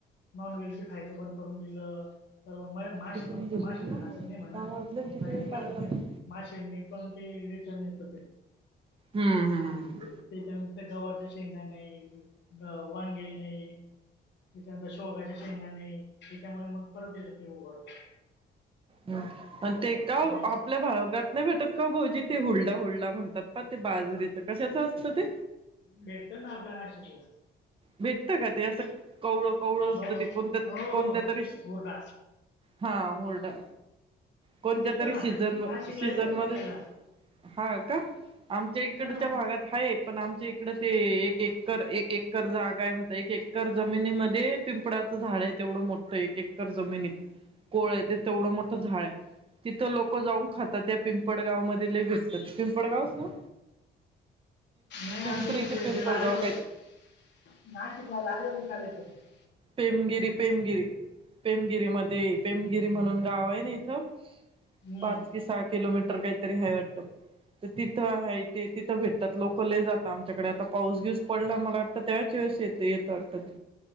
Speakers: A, on the left; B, on the right.
A: नॉन व्हेज बी खायच बंद करून दिलं तर माझ
B: तिकडून
A: पण
B: झोपून
A: त मासे तर
B: ना मग
A: खातच नाही म्हणा
B: दहा वाजले किती
A: कारण
B: वेळ
A: की काय
B: पाहायला
A: होतं
B: लागेल
A: का माशनी पण ते रिटर्न येत ते
B: हम्म हम्म
A: ते त्याच्यानंतर गवारच्या शेंगा नाही वांगे नाही त्याच्यानंतर शेवग्याच्या शेंगा नाही त्याच्यामुळे मग परत येतं की उघरत
B: हम आणि ते का
A: गॅस
B: आपल्या भागात नाही भेटत का भाऊजी ते हुळडा हुळडा म्हणतात प ते बाजरीच कशाचं असतं ते
A: भेटत ना आपल्या नाशिक ला
B: भेटत का ते असं कवळं कवळं
A: हो
B: असत ते कोणत्या
A: हो हो
B: कोणत्या तरी
A: हुरडा
B: हा होरडा कोणत्या
A: येतो
B: तरी
A: ना
B: सीझन
A: नाशिकला
B: सीजन
A: येतो
B: मध्य
A: ना विकायला
B: हा का आमच्या इकडच्या
A: हा नाही
B: भागात आहे पण आमच्या तकड ते एक एकर एक एकर जागा आहे मत एक एकर जमिनीमध्ये पिंपळाचं झाड आहे तेवढं मोठं एक एकर जमिनीत कोळ आहे ते तेवढं मोठं झाड आहे तिथं लोक जाऊन खातात त्या पिंपळगाव मध्ये ल भटतात पिंपळगावच ना
A: <unintelligible>
B: पिंपरी कि पिंपळगाव काय तर पेमगिरी पेमगिरी पेमगिरी मध्ये पेमगिरी म्हणून गाव आहे ना इथं
A: हम्म.
B: पाच कि सहा किलोमीटर काही तरी हाय वाटतं तर तिथं हाय ते तिथं भेटतात लोक लय जात आमच्याकडे आता पाऊस वीऊस पडला मला वाटतं त्याच्या वेळेस येते येत वाटतं ते.